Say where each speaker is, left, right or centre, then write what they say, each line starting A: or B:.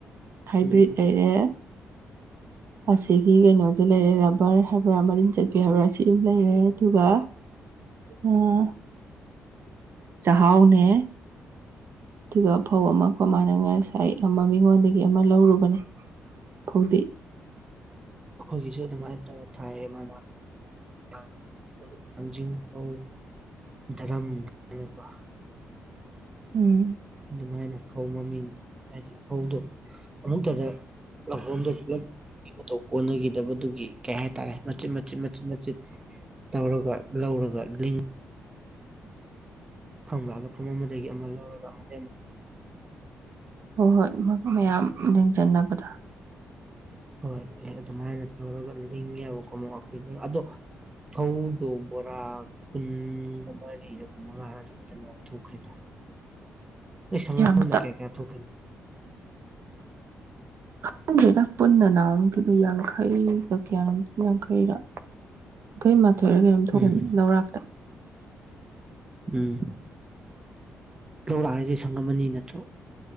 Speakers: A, on the right (about 55°); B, on the right (about 15°).
A: ꯍꯥꯏꯕ꯭ꯔꯤꯠ
B: ꯎꯝ
A: ꯂꯩꯔꯦ ꯑꯁꯤꯒꯤ ꯀꯩꯅꯣꯁꯦ ꯂꯩꯔꯦ ꯔꯕꯔ ꯍꯥꯏꯕ꯭ꯔꯥ ꯃꯔꯤꯟ ꯆꯠꯄꯤ ꯍꯥꯏꯕ꯭ꯔꯥ ꯁꯤ ꯑꯃ ꯂꯩꯔꯦ ꯑꯗꯨꯒ ꯑꯥ ꯆꯍꯥꯎ ꯅꯦ ꯑꯗꯨꯒ ꯐꯧ ꯑꯃ ꯀꯣ ꯃꯥꯥꯅ ꯉꯁꯥꯏ ꯑꯃ ꯃꯤꯉꯣꯟ ꯗꯒꯤ ꯑꯃ ꯂꯧꯔꯨꯕꯅꯤ ꯑꯗꯨꯒꯤ
B: ꯑꯩꯈꯣꯏ ꯒꯤꯁꯨ ꯑꯗꯨꯃꯥꯏꯅ ꯇꯧꯔ ꯊꯥꯏꯌꯦ ꯃꯥ <unintelligible> ꯙꯔꯝ ꯀꯥꯏꯅꯀꯣ
A: ꯎꯝ
B: ꯑꯗꯨ ꯃꯥꯏꯅ ꯐꯧ ꯃꯃꯤꯡ ꯍꯥꯏꯗꯤ ꯐꯧꯗꯣ ꯑꯃꯨꯛ ꯇꯗ ꯂꯍꯣꯡꯗ ꯄꯨꯞ ꯀꯣꯟꯅꯈꯤꯗꯕꯗꯨꯒꯤ ꯀꯩ ꯍꯥꯏꯇꯥꯔꯦ ꯃꯆꯤꯠ ꯃꯆꯤꯠ ꯃꯆꯤꯠ ꯃꯆꯤꯠ ꯇꯧꯔꯒ ꯂꯧꯔꯒ ꯂꯤꯡ <unintelligible> ꯐꯨꯝ ꯑꯃꯗꯒꯤ ꯑꯃ ꯂꯧꯔꯒ ꯑꯃꯃꯤ
A: ꯍꯣꯏ ꯍꯣꯏ ꯃꯌꯥꯝ ꯂꯤꯡꯖꯟꯅꯕꯗ
B: ꯍꯣꯏ ꯑꯦ ꯑꯗꯨꯃꯥꯏꯅ ꯇꯧꯔꯒ ꯂꯤꯡꯒꯦꯕ ꯀꯣꯃꯄꯤ ꯑꯗꯣ ꯐꯧꯗꯣ ꯕꯣꯔꯥ ꯀꯨꯟꯒ ꯃꯔꯤ ꯃꯉꯥ ꯍꯥꯏ ꯐꯇꯪ ꯌꯥ ꯊꯣꯛꯈ꯭ꯔꯤꯗ ꯅꯣꯏ ꯁꯉꯝꯗ
A: ꯌꯥꯝ
B: ꯀꯌꯥ ꯀꯌꯥ ꯊꯣꯛꯀꯅꯤ
A: ꯅꯪꯗꯦꯗꯥꯛ ꯄꯨꯟꯅ ꯅꯥꯎꯔꯝꯈꯤꯗꯨ ꯌꯥꯡꯈꯩꯒꯛ ꯀꯌꯥ ꯌꯥꯡꯈꯩꯔ ꯑꯩꯈꯣꯏ ꯃꯥꯊꯣꯏꯔ ꯀꯩꯅꯣꯝ ꯊꯣꯛꯈꯤꯕꯅꯦ
B: ꯎꯝ
A: ꯂꯧꯔꯥꯛ
B: ꯎꯝ ꯂꯧꯔꯥꯛ ꯍꯥꯏꯁꯦ ꯁꯪꯉꯝꯃꯅꯤ ꯅꯠꯇ꯭ꯔꯣ